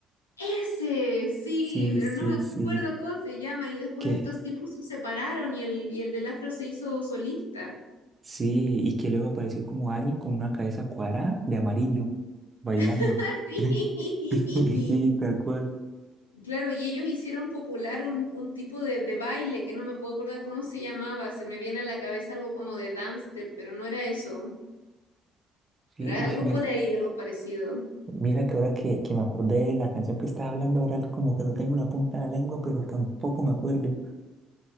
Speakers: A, on the left; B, on the right.
A: Ese, sí,
B: Sí,
A: pero
B: sí,
A: no me
B: sí,
A: acuerdo cómo se llama. Y después
B: que
A: estos tipos se separaron y el, y el del afro se hizo solista.
B: sí, y que luego apareció como alguien con una cabeza cuadrada de amarillo, bailando.
A: <laughs> Sí.
B: <laughs>
A: Y
B: Sí, tal cual.
A: Claro, y ellos hicieron popular un, un tipo de, de baile que no me puedo acordar cómo se llamaba. Se me viene a la cabeza algo como de dance, step, pero no era eso.
B: Sí,
A: Pero era
B: uy,
A: algo
B: mira,
A: por ahí, algo parecido.
B: Mira que ahora que, que me acordé de la canción que estás hablando, ahora como que lo tengo en la punta de la lengua, pero tampoco me acuerdo.